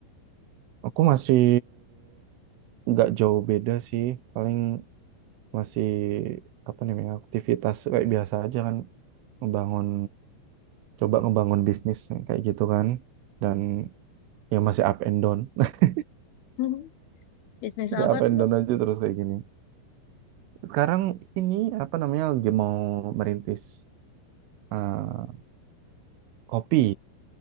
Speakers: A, on the right (about 90°); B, on the left (about 70°).
A: Aku masih nggak jauh beda sih. Paling masih apa namanya aktivitas kayak biasa aja kan ngebangun coba ngebangun bisnis yang kayak gitu kan dan yang masih up and down <laughs>
B: <laughs> Bisnis
A: masih
B: apa
A: up and
B: tuh?
A: down aja terus kayak gini sekarang ini apa namanya lagi mau merintis eh, kopi